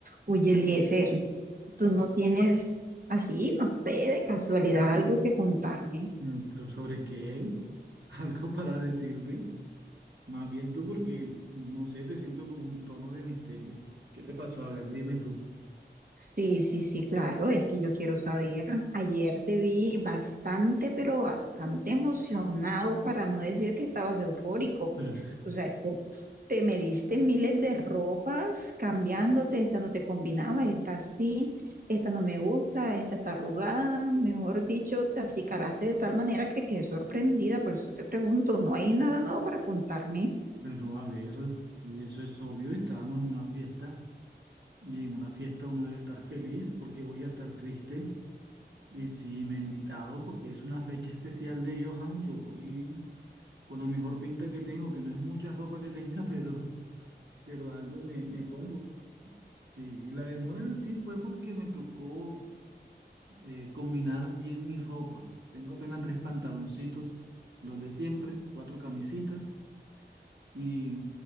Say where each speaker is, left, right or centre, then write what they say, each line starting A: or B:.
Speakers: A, on the right; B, on the right.
A: Oye, Eliezer, tú no tienes así, no sé, de casualidad algo que contarme.
B: Mm, pues, ¿Sobre qué? <laughs> ¿Algo para decirme? Más bien tú, porque no sé, te siento como un tono de misterio. ¿Qué te pasó? A ver, dime tú.
A: Sí, sí, sí, claro, es que yo quiero saber. Ayer te vi bastante, pero bastante emocionado, para no decir que estabas eufórico.
B: Pero,
A: O sea, tú te me miles de ropas cambiándote, esta no te combinaba, esta sí, esta no me gusta, esta está arrugada. Mejor dicho, te acicalaste de tal manera que quedé sorprendida, por eso te pregunto, ¿no hay nada nuevo para contarme?
B: pero a ver, si eso es obvio, estábamos en una fiesta y en una fiesta uno debe estar feliz porque voy a estar triste. Y si me invitaron porque es una fecha especial de Johan, yo voy con la mejor pinta que tengo, que no es mucha ropa que tenga, <laughs> pero, pero algo me, me pongo. Sí, y la demora en sí fue porque me tocó. eh, combinar bien mi ropa. Tengo apenas tres pantaloncitos, los de siempre, cuatro camisitas y